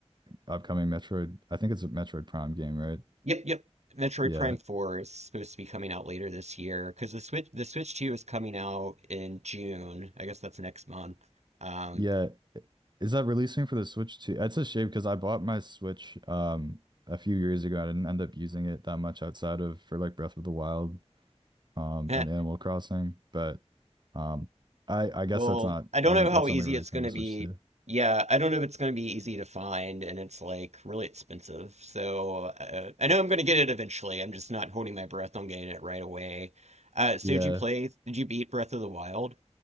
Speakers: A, on the right (about 40°); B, on the right (about 75°).
A: upcoming Metroid. I think it's a Metroid Prime game, right?
B: Yep, yep. Metroid
A: Yeah.
B: Prime 4 is supposed to be coming out later this year because the Switch the Switch 2 is coming out in June. I guess that's next month. Um,
A: Yeah. Is that releasing for the Switch too? That's a shame because I bought my Switch um a few years ago. I didn't end up using it that much outside of for like Breath of the Wild. um,
B: heh,
A: and Animal Crossing, but um, I I guess
B: well,
A: that's not
B: I don't
A: only
B: know
A: that's
B: how easy
A: only releasing
B: it's going
A: on the
B: to
A: Switch
B: be.
A: too.
B: Yeah, I don't know if it's going to be easy to find, and it's like really expensive. So uh, I know I'm going to get it eventually. I'm just not holding my breath on getting it right away. Uh, so
A: Yeah,
B: did you play? Did you beat Breath of the Wild?